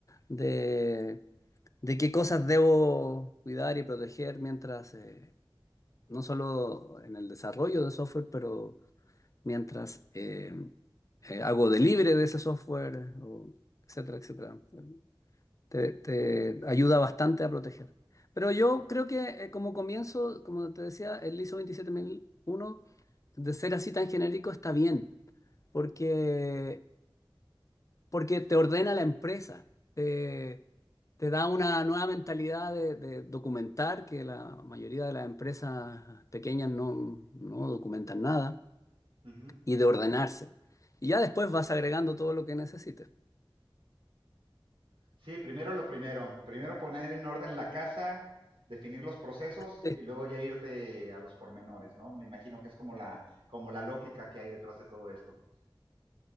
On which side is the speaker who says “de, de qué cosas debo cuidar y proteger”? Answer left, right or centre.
Left